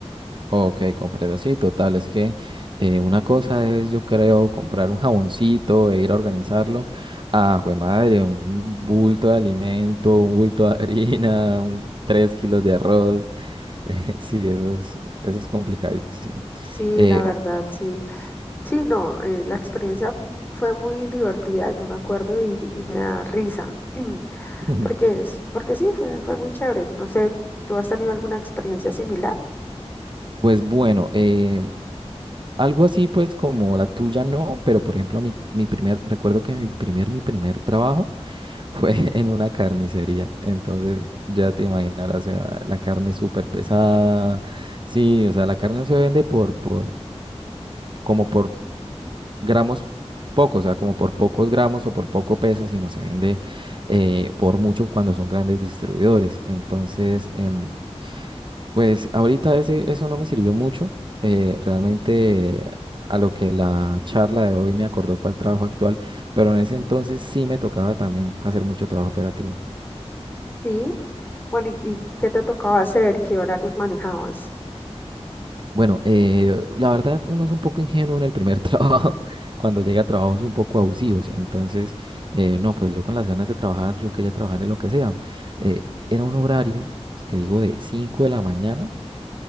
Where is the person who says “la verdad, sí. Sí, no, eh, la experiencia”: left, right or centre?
Left